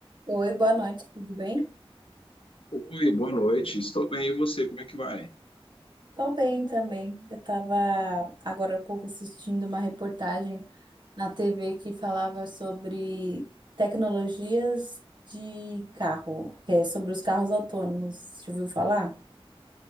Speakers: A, on the right; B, on the left.
A: Oi, boa noite, tudo bem?
B: Oi, boa noite. Estou bem, e você? Como é que vai?
A: Tô bem também. Eu tava agora há pouco assistindo uma reportagem na TV que falava sobre tecnologias de carro, que é sobre os carros autônomos. Já ouviu falar?